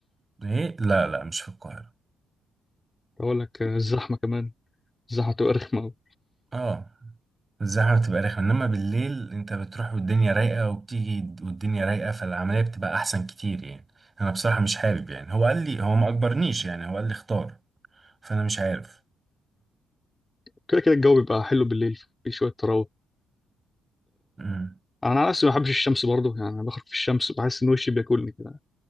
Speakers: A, on the right (about 30°); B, on the left (about 20°).
A: إيه؟ لا لا مش في القاهرة
B: اقول لك آه، الزحمه كمان الزحمه بتبقى رخمه أوي.
A: آه الزحمة بتبقى رخمة إنما بالليل أنت بتروح والدنيا رايقة وبتيجي والدنيا رايقة فالعملية بتبقى أحسن كتير يعني أنا بصراحة مش حابب يعني هو قال لي هو ما أجبرنيش يعني هو قال لي اختار فأنا مش عارف
B: كده كده الجو بيبقى حلو بالليل في شويه تراوح
A: امم
B: انا على نفسي ما بحبش الشمس برضه يعني انا بخرج في الشمس بحس ان وشي بياكلني كده